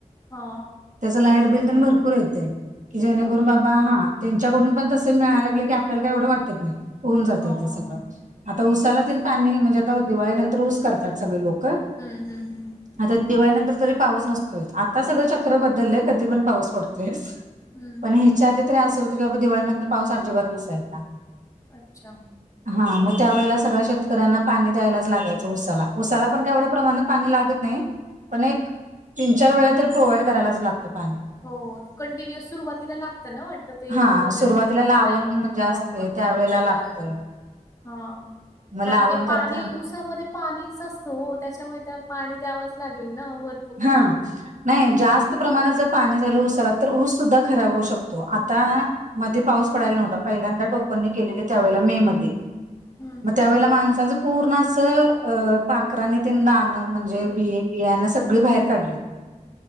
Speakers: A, on the left; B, on the right.
A: हा
B: त्याचं लाईट बिल त्यांनी भरपूर येतय की जेणेकरून
A: बापरे!
B: बाबा हा. त्यांच्याकडून पण तसच मिळायला लागले की, आपल्याला काय एवढं वाटत नाही. होऊन जातंय
A: हां,
B: उसाला ते
A: हां,
B: सगळं.
A: हां.
B: आता ऊसाला
A: अच्छा.
B: तेन पाणी म्हणजे आता दिवाळीनंतर ऊस करतात सगळे लोक.
A: हम्म हम्म हम
B: आता दिवाळीनंतर तरी पाऊस नसतोय, आता सगळं चक्र बदललंय कधी पण पाऊस पडतोय असं.
A: हं.
B: पण ह्येच्या आधी तरी असं होतं की, बाबा दिवाळीनंतर पाऊस अमजिबात नसायचा.
A: अच्छा
B: हा मं त्या वेळेला सगळ्या शेतकऱ्यांना पाणी द्यायलाच लागायचं उसाला. उसाला पण काय एवढ्या प्रमाणात पाणी लागत नाही, पण एक तीन चार वेळा तरी प्रोव्हाइड करायलाच लागतं पाणी.
A: हो कंटिन्युअस सुरुवातीला लागततं ना वाटतं, ते
B: हा
A: जोपर्यंत
B: सुरुवातीला
A: होत
B: लावण
A: नाही
B: म्हणजे असते
A: प्रॉपर
B: त्यावेेळेला
A: हा तयार.
B: <inaudible>
A: हा
B: मग
A: कारण
B: लावण
A: ते पाणी
B: करताना
A: ऊसामध्ये पाणीच असतो ओ, त्याच्यामुळे त्या पाणी द्यावंच लागेल ना वर.
B: हा नाही जास्त प्रमाणात जर पाणी झालं उसाला, तर ऊस सुद्धा खराब होऊ शकतो. आता मध्ये पाऊस
A: हं,
B: पडायला नव्हता,
A: हं.
B: पहिल्यांदा टोकनने केलेले त्यावेळेला मे मध्ये.
A: हं,
B: मं
A: हं.
B: त्यावेळेला माणसांचं पूर्ण असं अं पाखराने ते दाणं म्हणजे
A: हं.
B: बिय बियाणं सगळी बाहेर काढलीत.